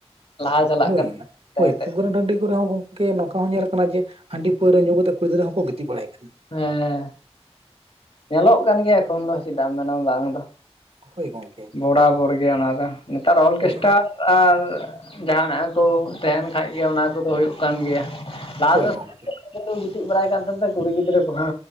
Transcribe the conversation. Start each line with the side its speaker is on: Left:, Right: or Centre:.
Left: ᱞᱟᱦᱟ ᱪᱟᱞᱟᱜ
Right: ᱦᱳᱭ
Left: ᱠᱟᱱᱟ ᱛᱟᱭ
Right: ᱦᱳᱭ,
Left: ᱛᱮ
Right: ᱯᱳᱜᱨᱟᱢ ᱴᱟᱱᱰᱤ ᱠᱚᱨᱮᱦᱚ ᱠᱚᱝ ᱠᱮ ᱱᱚᱝᱠᱟ ᱦᱚᱸ ᱧᱮᱞ ᱟᱠᱟᱱᱟ, ᱡᱮ ᱦᱟᱹᱰᱤ ᱯᱟᱹᱣᱨᱟᱹ ᱧᱩ ᱠᱟᱛᱮᱫ ᱠᱩᱲᱤ ᱜᱤᱫᱽᱨᱟᱹ ᱦᱚᱸᱠᱚ ᱜᱤᱛᱤᱡ ᱵᱟᱲᱟᱭ ᱠᱟᱱᱟ᱾
Left: ᱦᱮᱸ, ᱧᱮᱞᱚᱜ ᱠᱟᱱ ᱜᱮᱭᱟ ᱮᱠᱷᱚᱱ ᱫᱚ ᱪᱮᱫᱟᱜ ᱮᱢ ᱢᱮᱱᱟ ᱵᱟᱝ ᱫᱚ᱾
Right: ᱦᱳᱭ ᱜᱚᱝᱠᱮ
Left: ᱵᱚᱲᱟᱵᱚᱲ ᱜᱮᱭᱟ ᱚᱱᱟ ᱫᱚ ᱱᱮᱛᱟᱨ ᱚᱞᱠᱮᱥᱴᱟᱞ
Right: ᱦᱳᱭ
Left: ᱟᱨ ᱡᱟᱦᱟᱱᱟᱜ ᱠᱚ ᱛᱮᱦᱮᱱ ᱠᱷᱟᱡ ᱜᱮ ᱚᱱᱟ ᱠᱚᱫᱚ ᱦᱩᱭᱩᱜ ᱠᱟᱱ ᱜᱮᱭᱟ᱾ ᱞᱟᱦᱟ
Right: ᱦᱳᱭ ᱜᱚᱝᱠᱮ
Left: ᱛᱮᱫᱚ <unintelligible> ᱜᱤᱛᱤᱡ ᱵᱟᱲᱟᱭ ᱠᱟᱱ ᱛᱟᱦᱮ ᱛᱮ, ᱠᱩᱲᱤ ᱜᱤᱫᱽᱨᱟᱹ ᱠᱩᱦᱚ᱾